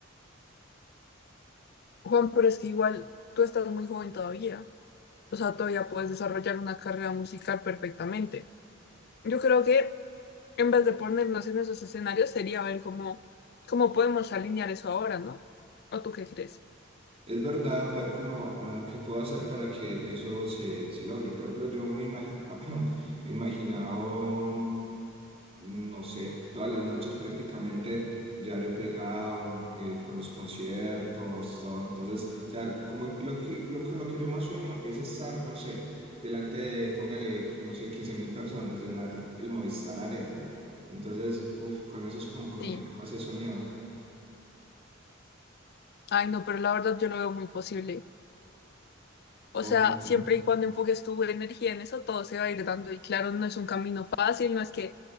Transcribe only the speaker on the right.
Es verdad ver cómo, ah, qué puedo hacer para que eso se, se logre. Por ejemplo, yo me, imagi- <clears throat> me he imaginado, mm, no sé, todas las noches prácticamente ya yo pegado eh, con los conciertos, todo. Entonces, o sea, como lo que, lo, con lo que yo más sueño es estar, no sé, delante de, póngale, no sé, 15 mil personas, llenar el Movistar Arena. Entonces, uf, con eso es como con
lo que yo más he soñado.
Ojalá.
¿no?